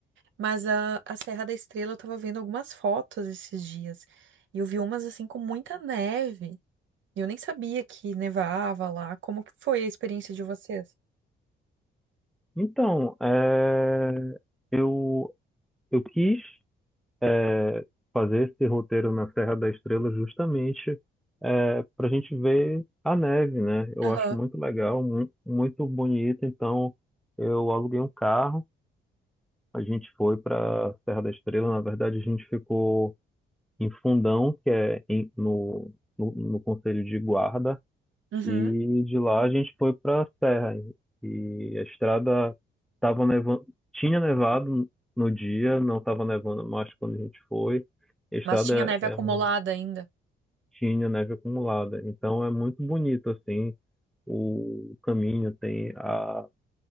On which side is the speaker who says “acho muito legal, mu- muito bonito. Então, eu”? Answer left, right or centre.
Centre